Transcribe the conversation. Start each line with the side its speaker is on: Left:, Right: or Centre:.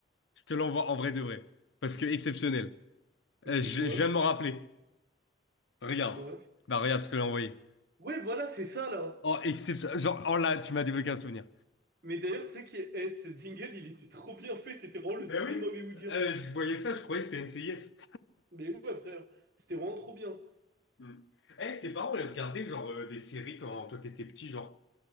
Left: Je te l'envoie en vrai de vrai. Parce que exceptionnel.
Right: Mais
Left: Euh,
Right: c'est
Left: je,
Right: quoi?
Left: je viens de m'en rappeler. Regarde.
Right: C'est quoi?
Left: Bah regarde, je te l'ai envoyé.
Right: Ouais, voilà, c'est ça là.
Left: Oh, exceptionnel. Genre, oh là, tu m'as débloqué un souvenir.
Right: Mais d'ailleurs, tu sais que eh, ce jingle, il était trop bien fait. C'était vraiment le
Left: Ben
Right: cinéma
Left: oui.
Right: hollywoodien.
Left: Euh, je voyais ça, je croyais que c'était NCIS.
Right: Mais ouais, frère, c'était vraiment trop bien.
Left: Hmm. Eh, tes parents, ils regardaient genre euh, des séries quand toi t'étais petit, genre.